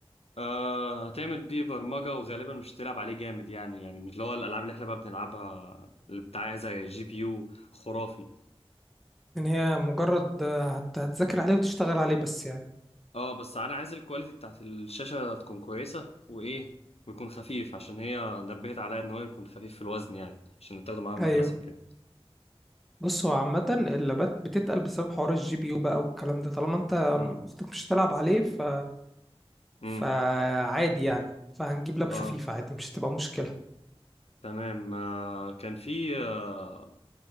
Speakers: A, on the left (about 80°); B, in the centre.
A: آه هتعمل بيه برمجه وغالبا مش تلعب عليه جامد يعني يعني مش اللي هو الالعاب اللي احنا بقى بنلعبها اللي بتاع زي جي بي يو خرافي
B: ان هي مجرد آه، هت... هتذاكر عليه وتشتغل عليه بس يعني
A: اه بس انا عايز الكواليتي بتاعت الشاشه تكون كويسه وايه ويكون خفيف عشان هي نبهت عليا ان هو يكون خفيف في الوزن يعني عشان تاخده معاها المدرسه
B: ايوه
A: وكده
B: بص هو عامة اللابات بتتقل بسبب حوار الجي بي يو بقى والكلام ده طالما انت
A: امم
B: اختك مش هتلعب عليه ف
A: امم
B: فعادي يعني فهنجيب لاب
A: اه
B: خفيف عادي مش هتبقى مشكلة
A: تمام آه كان في آه